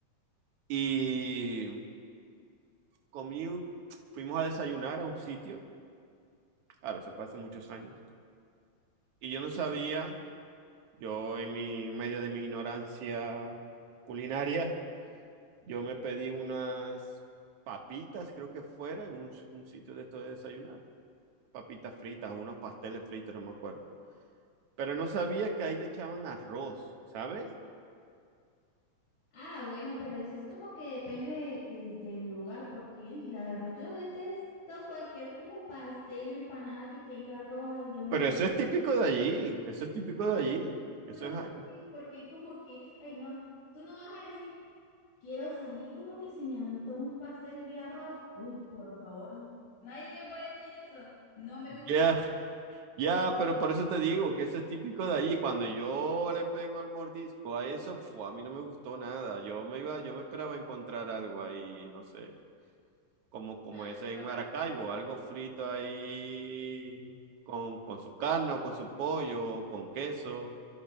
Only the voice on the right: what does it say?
Y comí, un- fuimos a desayunar a un sitio. Claro, eso fue hace muchos años. Y yo no sabía, yo en mi en medio de mi ignorancia culinaria, yo me pedí unas papitas, creo que fuera, en un, un sitio de esto de desayunar. Papitas fritas, unos pasteles fritos, no me acuerdo. pero no sabía que ahí le echaban arroz, ¿sabes?
Pero eso es típico de allí, eso es típico de allí,
eso
es...
ahí.
Ya, ya, pero por eso te digo que eso es típico de allí. Cuando yo le pego el mordisco a eso, fu, a mí no me gustó nada. Yo me iba, yo me esperaba encontrar algo ahí, no sé, como, como
ese en Maracaibo, algo frito ahí con, con su carne o con su pollo, o con queso.